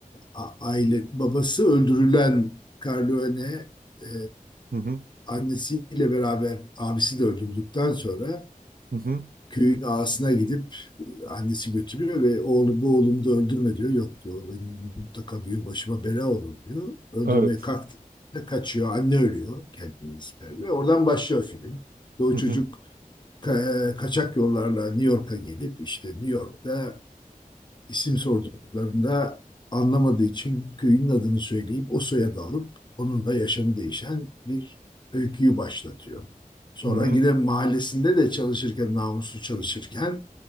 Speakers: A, on the left (about 30°); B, on the right (about 85°).
A: a- aile babası öldürülen Corleone e,
B: Hı hı.
A: annesiyle beraber abisi de öldürüldükten sonra
B: Hı hı.
A: köyün ağasına gidip e, annesi götürüyor ve oğlu bu oğlumu da öldürme diyor. Yok diyor benim mutlaka bir gün başıma bela olur diyor. Öldürmeye
B: Evet.
A: kalktı. da Kaçıyor. Anne ölüyor. Kendini siper Ve oradan başlıyor film. Ve o
B: Hı hı.
A: çocuk ka- kaçak yollarla New York'a gelip işte New York'ta İsim sorduklarında anlamadığı için köyün adını söyleyip o soyadı alıp onun da yaşamı değişen bir öyküyü başlatıyor. Sonra
B: Hı hı.
A: yine mahallesinde de çalışırken, namuslu çalışırken